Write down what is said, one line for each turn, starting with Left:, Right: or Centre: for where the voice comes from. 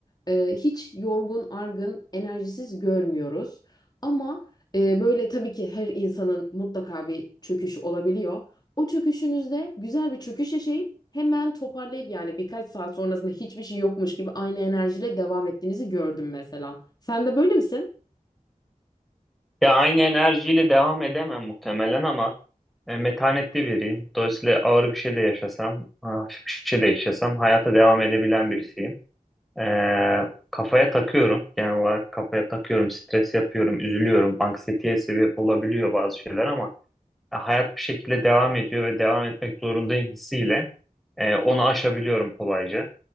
Left: e, hiç yorgun, argın, enerjisiz görmüyoruz. Ama e, böyle tabii ki her insanın mutlaka bir çöküşü olabiliyor. O çöküşünüzde güzel bir çöküş yaşayıp hemen toparlayıp yani birkaç saat sonrasında hiçbir şey yokmuş gibi aynı enerjiyle devam ettiğinizi gördüm mesela. Sen de böyle misin?
Centre: Ya aynı enerjiyle devam edemem muhtemelen ama e, metanetli biriyim. Dolayısıyla ağır bir şey de yaşasam, hafif bir şey de yaşasam hayata devam edebilen birisiyim. E, kafaya takıyorum. Genel olarak kafaya takıyorum, stres yapıyorum, üzülüyorum. Anksiyeteye sebep olabiliyor bazı şeyler ama e, hayat bir şekilde devam ediyor ve devam etmek zorundayım hissiyle e, onu aşabiliyorum kolayca.